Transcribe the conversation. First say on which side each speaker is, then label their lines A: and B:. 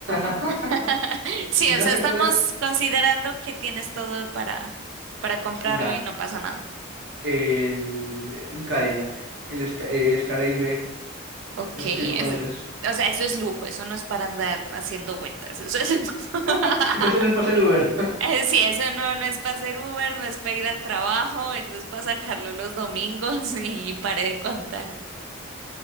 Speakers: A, on the right; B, on the right.
A: <laughs>
B: <laughs> Sí,
A: si no
B: o sea,
A: afectara,
B: estamos considerando que tienes todo para, para comprarlo
A: ya,
B: y no pasa nada.
A: el, un Cadillac, el, Esca- el Escalade B,
B: Ok,
A: no sé
B: es-
A: si lo conoces.
B: o sea, eso es lujo, eso no es para andar haciendo vueltas, eso es lujo. <laughs>
A: <laughs> Eso no es para hacer Uber.
B: Eh, Sí, eso no, no es para hacer Uber, no es para ir al trabajo, eso es para sacarlo los domingos <laughs> y, paré de contar.